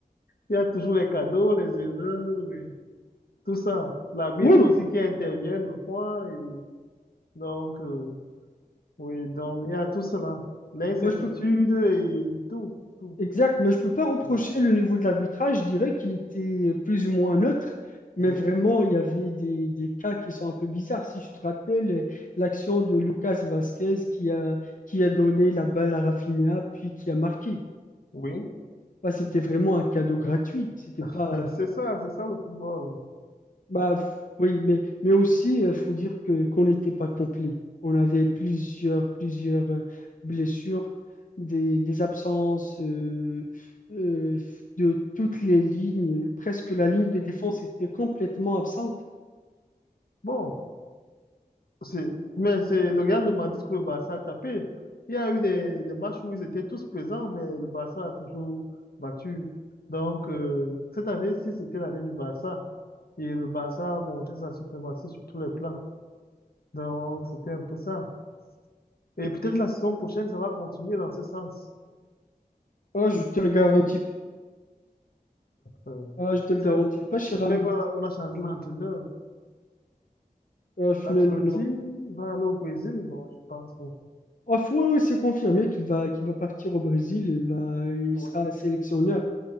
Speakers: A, on the left (about 80°); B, on the left (about 60°).
A: il y a toujours les cadeaux, les erreurs, et tout ça. L'arbitre
B: Oui,
A: aussi qui intervient le fois. Et donc, euh, oui, donc il y a tout cela. L'incertitude
B: moi je peux.
A: et tout, tout.
B: Exact, mais je peux pas reprocher
A: Donc,
B: le niveau de l'arbitrage. Je dirais qu'il était plus ou moins neutre, mais
A: oui,
B: vraiment, il y avait des, des cas qui sont un peu bizarres. Si tu te rappelles euh, l'action de Lucas Vasquez qui a, qui a donné la balle à Rafinha, puis qui a marqué.
A: oui.
B: Bah, c'était vraiment un cadeau gratuit. C'était
A: <laughs>
B: pas,
A: C'est ça, c'est ça le football.
B: Bah, f- oui, mais, mais aussi, il faut dire que qu'on n'était pas complet. On avait plusieurs, plusieurs euh, blessures, des, des absences euh, euh, de toutes les lignes. Presque la ligne de défense était complètement absente.
A: Bon. C'est- Mais c'est le Real de Madrid que le Barça a tapé. Il y a eu des, des matchs où ils étaient tous présents, mais le Barça a toujours battu. Donc, euh, cette année, si c'était l'année du Barça, et le Barça a montré sa suprématie sur tous les plans. Donc, c'était un peu ça. Et peut-être la saison prochaine, ça va continuer dans ce sens.
B: Ah, je te le garantis pas.
A: Euh,
B: Ah, je te le
A: c'est
B: garantis pas, cher
A: c'est
B: ami.
A: vrai qu'on a, on a changé l'entraîneur.
B: Ah, f-
A: Ancelotti
B: non, non, non.
A: va aller au Brésil, non, je pense.
B: Ah, f- ouais, ouais, c'est confirmé qu'il va, qu'il va partir au Brésil. Il va, il sera
A: Oui.
B: sélectionneur.